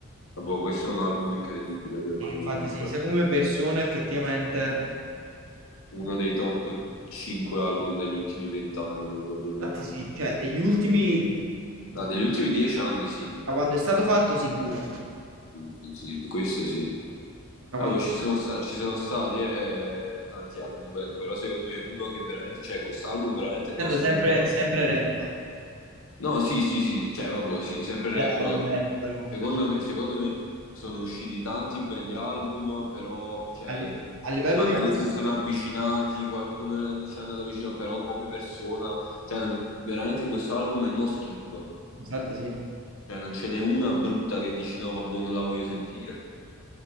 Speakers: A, on the left; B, on the right.
A: Vabbè, questo è un album incredibile per me
B: Sì, Infatti
A: comunque.
B: sì, secondo me persone effettivamente...
A: Uno dei top 5 album degli ultimi 20 anni probabilmente.
B: Infatti sì, cioè degli ultimi, da
A: Ah, degli ultimi 10 anni sì.
B: quando è stato fatto sicuro,
A: Sì, sì, questo sì.
B: da
A: Ah,
B: quando...
A: poi ci sono sta- ci sono stati eh, tanti album belli, però secondo me uno che veramente, cioè quest'album veramente non
B: Sento
A: schifo.
B: sempre, sempre rap.
A: No, sì, sì, sì, cioè vabbè, sì, sempre
B: Qual
A: rap.
B: è il livello, però?
A: Secondo me, secondo me sono usciti tanti belli album, però cioè,
B: A, li- a livello
A: magari
B: di
A: si sono avvicinati, qualcuno ci è andato vicino, però come persona, cioè, veramente questo album è no skip.
B: infatti sì.
A: Cioè, non ce n'è una brutta che dici no, vabbè, non la voglio sentire.